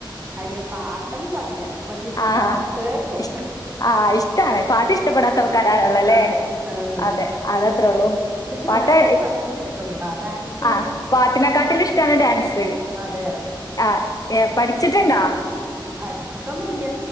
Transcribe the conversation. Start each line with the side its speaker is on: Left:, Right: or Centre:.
Right: അയ്യ പാട്ടൊന്നും പാടില്ല. പക്ഷെ ഇഷ്ടാണ്
Left: ആഹ്
Right: കേക്കും.
Left: ഇഷ് ആഹ് ഇഷ്ടാണ് പാട്ടിഷ്ട പെടാത്തവ വരാറുള്ളല്ലേ
Right: അതെ ഉം.
Left: അതെ അതത്രേള്ളൂ
Right: പക്ഷെ
Left: പാട്ട്
Right: ഡാൻസ് ഭയങ്കര ഇഷ്ടമാണ് കേട്ടോ ഡാൻസ്
Left: ആഹ് പാട്ടിനെക്കാട്ടില് ഇഷ്ടാണ് ഡാൻസ്
Right: അതെ
Left: ആഹ് പഠിച്ചിട്ടുണ്ടാ?
Right: പഠി ച്ചിട്ടൊന്നൂല്ല